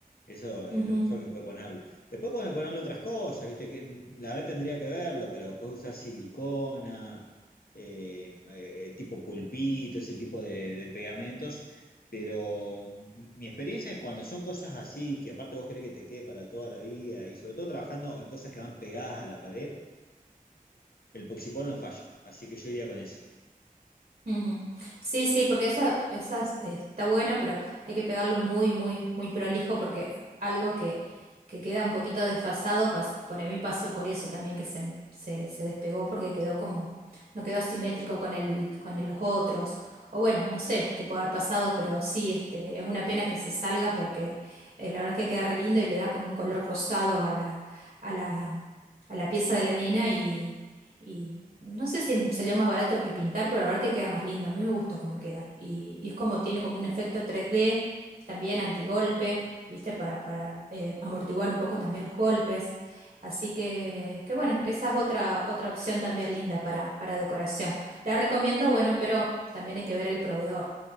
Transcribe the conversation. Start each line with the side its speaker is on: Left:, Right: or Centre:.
Left: Eso
Right: ujú,
Left: es lo mejor que puede ponerle. Después pueden ponerle otras cosas, ¿viste? Que, la verdad tendría que verlo, pero puedes usar silicona, eh, eh, tipo pulpito, ese tipo de, de pegamentos. Pero mi experiencia es cuando son cosas así, que aparte vos querés que te quede para toda la vida, y sobre todo trabajando en cosas que van pegadas a la pared, el Poxipol no falla, así que yo iría con ese.
Right: ujú. Sí, sí, porque esa, esas eh, está bueno, pero hay que pegarlo muy, muy, muy prolijo porque algo que, que queda un poquito desfasado, pas- por mí pasó por eso también que se, se, se despegó porque quedó como, no quedó simétrico con el, con el- los otros. O bueno, no sé qué puede haber pasado, pero sí, este, es una pena que se salga porque eh, la verdad es que queda re lindo y le da como un color rosado a la, a la, a la pieza de la nena y No sé si salió más barato que pintar, pero la verdad que queda más lindo. A mí me gusta cómo queda. Y, y es como tiene como un efecto 3D, también antigolpe, ¿viste? Para, para eh, amortiguar un poco también los golpes. Así que, que bueno, esa es otra, otra opción también linda para, para decoración. La recomiendo, bueno, pero también hay que ver el proveedor.